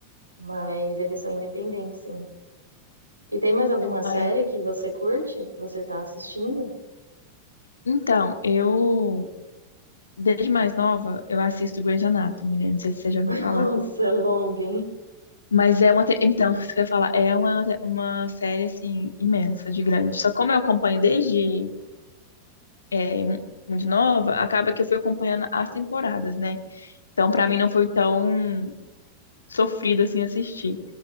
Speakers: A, on the right; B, on the left.
A: Mas eles são independentes, sim. E tem mais alguma série
B: Ah, eu-
A: que você curte, que você tá assistindo?
B: então, eu. Desde mais nova, eu assisto Grey's Anatomy, né? Não sei se você
A: <laughs>
B: já ouviu
A: Nossa,
B: falar.
A: longa, hein?
B: Mas é uma. te- Então, <laughs> isso que eu ia falar, é uma, uma série, assim, imensa, de grande. Só como eu acompanho desde é, mu- muito nova, acaba que eu fui acompanhando as temporadas, né? Então, pra mim, não foi tão sofrido, assim, assistir.